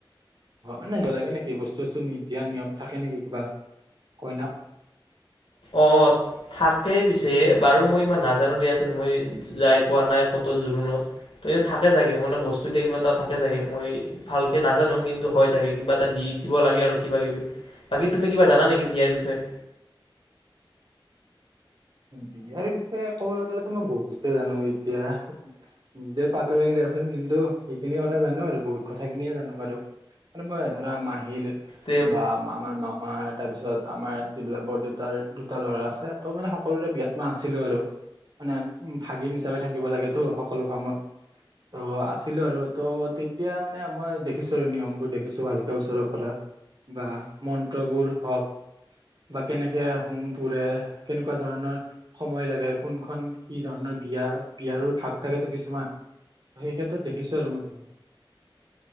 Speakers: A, on the right; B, on the left.
A: এনে গলাগে নেকি বস্তু চস্তু নি দিয়া নিয়ম থাকে নেকি কিবা কইনা
B: অ', থাকেই পিছে বাৰু মই ইমান নাজানো দিয়াচোন মই যাই পোৱা নাই ক'ত জোৰোণত ত থাকে চাগে মানে বস্তু দিয়া কিবা এটা থাকে চাগে মই ভালকে নাজানো কিন্তু হয় চাগে কিবা এটা দি দিব লাগে আৰু কিবা কিবি বাকী তুমি কিবা জানা নেকি বিয়াৰ বিষয়ে
A: বিয়াৰ বিষয়ে ক'বলৈ গলেতো মই বহুতে জানো এতিয়া নিজে পাতাই নাই দিয়াচোন কিন্তু সেইখিনি কথা জানো আৰু বহুত কথাখিনিয়ে জানো বাৰু মানে মই ধৰা মাহিৰ
B: তে
A: বা আমাৰ মামাৰ তাৰপিছত আমাৰ যিবিলাক বৰদেউতাৰ দুটা ল'ৰা আছে ত' মানে সকলোৰে বিয়াত মই আছিলো আৰু মানে ভাগিন হিচাপে থাকিব লাগেতো সকলো কামত ত আছিলো আৰু ত' তেতিয়া মানে মই দেখিছো আৰু নিয়মবোৰ দেখিছো ভালকে ওচৰৰ পৰা বা মন্ত্ৰবোৰ হওক বা কেনেকে হোম পুৰে কেনে কেনেকোৱা ধৰণৰ সময় লাগে কোনখন কি ধৰণৰ বিয়া বিয়াৰো ভাগ থাকেতো কিছুমান সেই ক্ষেত্ৰত দেখিছো আৰু মই বহুত